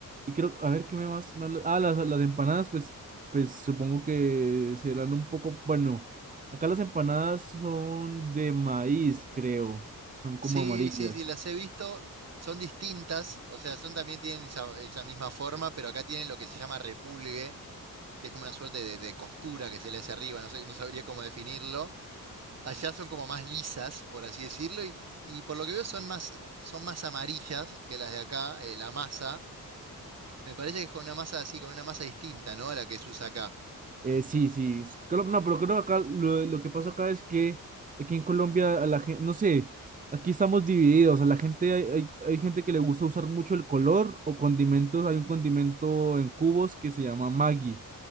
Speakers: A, on the right; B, on the right.
A: Y creo, a ver, ¿qué me más? me habla- Ah, las, las empanadas, pues, pues supongo que serán un poco, bueno, acá las empanadas son de maíz, creo. Son como
B: Sí,
A: amarillas.
B: sí, sí, las he visto. Son distintas, o sea, son también tienen esa, esa misma forma, pero acá tienen lo que se llama repulgue, que es como una suerte de, de costura que se le hace arriba, no sé, no sabría cómo definirlo Allá son como más lisas, por así decirlo, y, y por lo que veo son más, son más amarillas que las de acá, eh, la masa. Me parece que es con una masa así, con una masa distinta, ¿no? A la que se usa acá.
A: Eh, sí, sí. Creo- No, pero creo que acá lo, lo que pasa acá es que aquí en Colombia a la gente, no sé, aquí estamos divididos. A la gente hay, hay, hay gente que le gusta usar mucho el color o condimentos. Hay un condimento en cubos que se llama Maggi